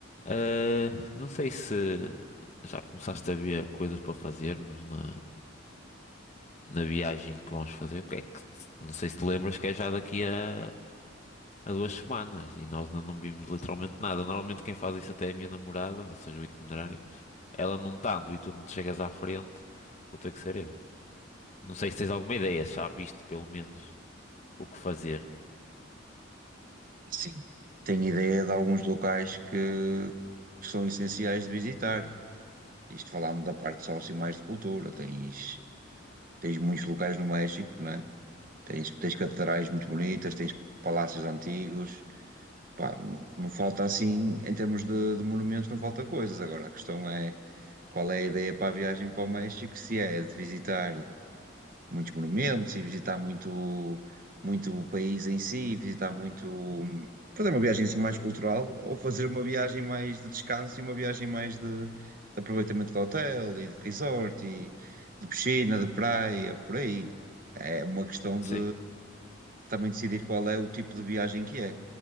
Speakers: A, on the left; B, on the right.
A: Ah, não sei se já começaste a ver coisas para fazermos na, na viagem que vamos fazer. que É que, não sei se te lembras que é já daqui a, a duas semanas e nós ainda não vimos literalmente nada. Normalmente quem faz isso até é a minha namorada, ou seja, o itinerário, mas ela não estando e tu não te chegas à frente, vou ter que ser eu. Não sei se tens alguma ideia, se já viste pelo menos o que fazer.
B: Sim. Tenho ideia de alguns locais que, que são essenciais de visitar. Isto falando da parte só assim mais de cultura, tens, tens muitos locais no México, né? Tens, tens catedrais muito bonitas, tens palácios antigos. Pá, n- não falta assim, em termos de, de monumentos, não falta coisas. Agora, a questão é qual é a ideia para a viagem para o México, se é de visitar muitos monumentos e visitar muito, muito o país em si, visitar muito, hum, fazer uma viagem assim mais cultural ou fazer uma viagem mais de descanso e uma viagem mais de, de aproveitamento de hotel e de resort e de piscina, de praia, por aí. É uma questão
A: Sim.
B: de também decidir qual é o tipo de viagem que é,